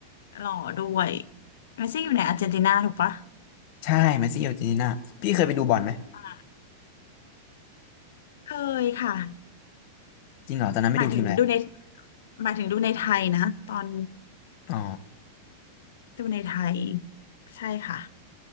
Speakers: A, on the left; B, on the left.
A: หล่อด้วยเมสซี่อยู่ในอาร์เจนตินาถูกปะ
B: ใช่แมสซี่อาร์เจนตินาพี่เคยไปดูบอลไหม
A: อ่าเคยค่ะ
B: จริงเหรอตอนนั้นไม่ดูทีมอะไร
A: หมายถึงดูในหมายถึงดูในไทยนะตอน
B: อ๋อ
A: ดูในไทยใช่ค่ะ